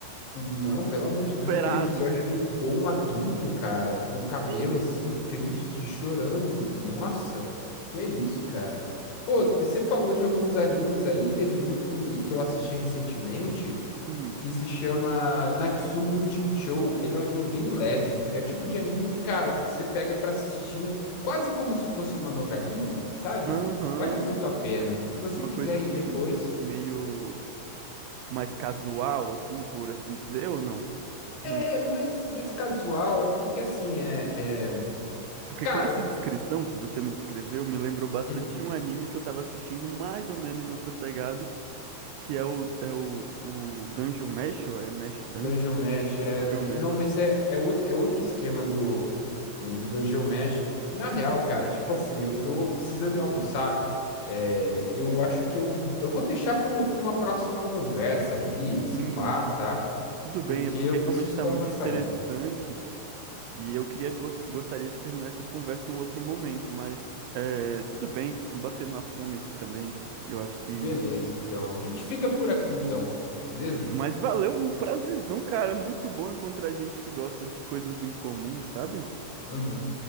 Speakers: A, on the left; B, on the right.
A: Não, pelo amor de Deus,
B: esperado.
A: aquele episódio do Gon adulto, cara, com o cabelo
B: Sim,
A: assim, triste,
B: sim.
A: chorando. Nossa, que é isso, cara. Pô, t- você falou de alguns animes aí, teve um que, que eu assisti recentemente,
B: Hum,
A: que se chama Natsume Yuujinchou. Ele é um anime bem leve. É o tipo de anime que, cara, você pega pra assistir quase como se fosse uma novelinha, sabe?
B: Aham.
A: Vale muito a pena. Se você
B: Uma
A: quiser
B: coisa assim,
A: ir depois.
B: meio mais casual, assim, por assim dizer, ou não? Não
A: É
B: en-
A: mais, mais casual, é porque assim, é, é-
B: Porque
A: Cara,
B: com essa descrição que você me descreveu, me lembrou bastante
A: uhum.
B: um anime que eu tava assistindo mais ou menos nessa pegada, que é o, é o, o Dungeon Mesh, ou é Mesh Dungeon?
A: Dungeon Mesh é.
B: Dungeon Mesh.
A: é, Não, mas é, é, outro, é outro esquema do, do, do Dungeon Mesh. Na real, cara, tipo assim, eu tô precisando ir almoçar. É, eu acho
B: Hum.
A: que eu, eu vou deixar pra, um- pra uma próxima conversa aí, se
B: Sim,
A: pá,
B: sim.
A: tá?
B: Tudo bem,
A: Porque
B: é porque
A: eu preciso
B: realmente tá
A: dar
B: muito
A: uma saída.
B: interessante. E eu queria gos- gostaria de terminar essa conversa em um outro momento, mas é, tudo bem, tô batendo uma fome aqui também. Eu acho que.
A: Beleza, então. A gente fica por aqui, então. Beleza?
B: Mas valeu, um prazerzão, cara. Muito bom encontrar gente que gosta de coisas em comum, sabe?
A: Uhum.